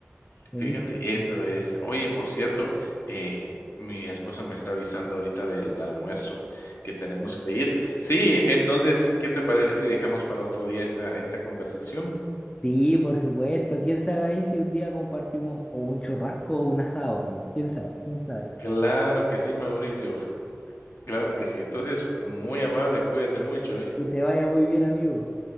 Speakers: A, on the left; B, on the left.
A: buenísimo.
B: fíjate, eso
A: buenísimo.
B: es. Oye, por cierto, eh, mi esposa me está avisando ahorita del almuerzo que tenemos que ir. Sí, entonces, ¿qué te parece si dejamos para otro día esta, esta conversación?
A: Sí, por supuesto. ¿Quién sabe ahí si un día compartimos o un churrasco o un asado, amigo? ¿Quién sabe? ¿Quién sabe?
B: Claro que sí, Mauricio. Claro
A: Ya.
B: que sí. Entonces, muy amable, cuídate mucho, ¿oís?
A: Que te vaya muy bien, amigo.